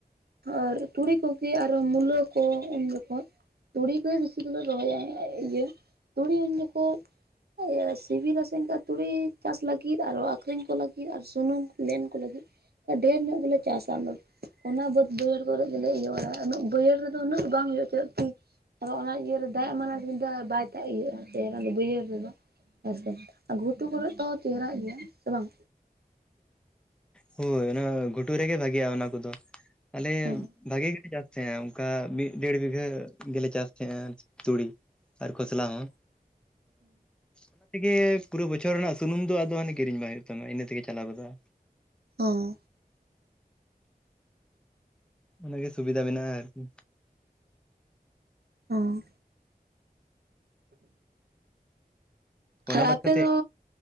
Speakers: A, on the right; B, in the centre.
A: ᱟᱨ ᱛᱩᱲᱤ ᱠᱚᱜᱮ ᱟᱨᱚ ᱢᱩᱞᱟᱹ ᱠᱚ ᱩᱱ ᱡᱚᱠᱷᱟᱡ ᱛᱩᱲᱤ ᱠᱚᱞᱮ ᱵᱮᱥᱤ ᱫᱚᱞᱮ ᱨᱚᱦᱚᱭᱟ ᱤᱭᱟᱹ ᱛᱩᱲᱤ ᱩᱱ ᱡᱚᱠᱷᱟᱡ ᱮ ᱥᱤᱵᱤ ᱞᱟᱥᱮ ᱚᱱᱠᱟ ᱛᱩᱲᱤ ᱪᱟᱥ ᱞᱟᱹᱜᱤᱫ ᱟᱨᱚ ᱟᱠᱷᱨᱤᱧ ᱠᱚ ᱞᱟᱹᱜᱤᱫ ᱟᱨ ᱥᱩᱱᱩᱢ ᱞᱮᱱ ᱠᱚ ᱞᱟᱹᱜᱤᱫ ᱰᱷᱮᱨ ᱧᱚᱜ ᱜᱮᱞᱮ ᱪᱟᱥᱟ ᱟᱞᱮ ᱚᱱᱟ ᱵᱟᱹᱫᱽ ᱵᱟᱹᱭᱦᱟᱹᱲ ᱠᱚᱨᱮ ᱜᱮᱞᱮ ᱤᱭᱟᱹᱼᱟ ᱩᱱᱟᱹᱜ ᱵᱟᱹᱭᱦᱟᱹᱲ ᱨᱮᱫᱚ ᱩᱱᱟᱹᱜ ᱫᱚ ᱵᱟᱝ ᱦᱩᱭᱩᱜ ᱪᱮᱫᱟᱜ ᱠᱤ ᱟᱫᱚ ᱚᱱᱟ ᱤᱭᱟᱹᱨᱮ ᱫᱟᱜ ᱮᱢᱟᱱᱟ ᱠᱤᱱᱛᱩ ᱵᱟᱭ ᱫᱟᱜ ᱤᱭᱟᱹᱜᱼᱟ ᱥᱮᱫᱚ ᱵᱟᱹᱭᱦᱟᱹᱲ ᱨᱮᱫᱚ ᱦᱮᱸᱥᱮ ᱜᱷᱩᱴᱩ ᱠᱚᱨᱮᱜ ᱛᱚ ᱪᱮᱦᱨᱟᱜ ᱜᱮᱭᱟ ᱥᱮ ᱵᱟᱝ
B: ᱦᱳᱭ ᱚᱱᱟ ᱜᱷᱩᱴᱩ ᱨᱮᱜᱮ ᱵᱷᱟᱜᱤᱭᱟ ᱚᱱᱟ ᱠᱚᱫᱚ ᱟᱞᱮ
A: ᱦᱚᱸ
B: ᱵᱷᱟᱜᱤ ᱜᱮᱞᱮ ᱪᱟᱥ ᱛᱟᱦᱮᱸᱱᱟ ᱚᱱᱠᱟ ᱢᱤᱫ ᱰᱮᱲ ᱵᱤᱜᱷᱟᱹ ᱜᱮᱞᱮ ᱪᱟᱥ ᱛᱟᱦᱮᱸᱫ ᱟ ᱛᱩᱲᱤ ᱟᱨ ᱠᱷᱚᱥᱞᱟ ᱦᱚᱸ ᱚᱱᱟ ᱛᱮᱜᱮ ᱯᱩᱨᱟᱹ ᱵᱚᱪᱷᱚᱨ ᱨᱮᱱᱟᱜ ᱥᱩᱱᱩᱢ ᱫᱚ ᱟᱫᱚ ᱦᱟᱱᱮ ᱠᱤᱨᱤᱧ ᱵᱟᱝ ᱦᱩᱭᱩᱜ ᱛᱟᱢᱟ ᱤᱱᱟᱹ ᱛᱮᱜᱮ ᱪᱟᱞᱟᱣ ᱜᱚᱫᱚᱜᱼᱟ
A: ᱦᱚᱸ
B: ᱚᱱᱟᱜᱮ ᱥᱩᱵᱤᱫᱷᱟ ᱢᱮᱱᱟᱜᱼᱟ ᱟᱨᱠᱤ
A: ᱚ ᱟᱨ
B: ᱚᱱᱟ ᱵᱟᱫ
A: ᱟᱯᱮ
B: ᱠᱟᱛᱮᱫ
A: ᱫᱚ